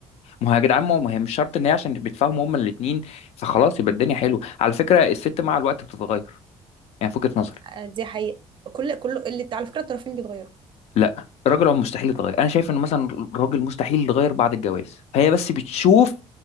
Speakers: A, on the left; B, on the right.
A: ما هو يا جدعان ما هو ما هي مش شرط ان هي عشان بيتفاهموا هما الاثنين فخلاص يبقى الدنيا حلوه على فكره الست مع الوقت بتتغير يعني في وجهه نظري
B: آه، دي حقيقة كل كل اللي على فكرة الطرفين بيتغيروا
A: لا الراجل هو مستحيل يتغير انا شايف انه مثلا الراجل مستحيل يتغير بعد الجواز فهي بس بتشوف